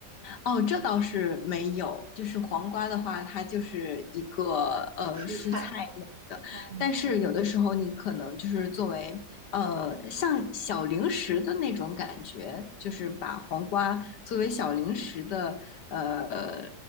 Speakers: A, on the left (about 80°); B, on the right (about 35°).
A: 哦，这倒是没有。就是黄瓜的话，它就是一个呃蔬菜类的，
B: 蔬菜？哦，
A: 但是有的时候你可能就是作为呃像小零食的那种感觉，就是把黄瓜作为小零食的呃